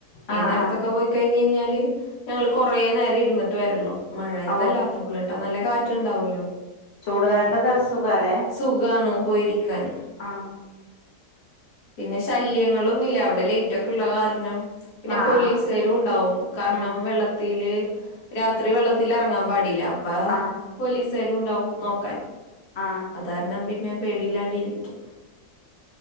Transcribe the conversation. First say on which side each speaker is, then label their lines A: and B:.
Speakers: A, on the left (about 75°); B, on the left (about 60°).
A: ഈ
B: ആ
A: നേരത്തൊക്കെ
B: ആ
A: പോയി കഴിഞ്ഞഞ് കഴിഞ്ഞാല് ഞങ്ങള് കൊറെ നേരം ഇരുന്നിട്ട് വരുള്ളോ മഴയത്തല്ലാത്ത
B: ഓ
A: യപ്പള് നല്ല കാറ്റ് ഉണ്ടാവല്ലോ
B: ചൂട്കാലത്തൊക്കെ സുഖല്ലേ
A: സുഖാണ് പോയിരിക്കാൻ
B: ആഹ
A: പിന്നെ ശല്യങ്ങളൊന്നുമില്ല അവിടെ ലൈറ്റ് ഒക്കെ ഉള്ള കാര പിന്നെ
B: ആ
A: പോലീസുകാരും
B: ആ
A: ഉണ്ടാവും കാരണം
B: ഉം
A: വെള്ളത്തിൽ രാത്രി വെള്ളത്തി ഇറങ്ങാൻ പാടില്ല അപ്പ
B: ആ
A: പോലീസുകാരും ഉണ്ടാവും നോക്കാൻ
B: ആ
A: അതാരണം പിന്നെ പേടില്ലാണ്ട ഇരിക്കാം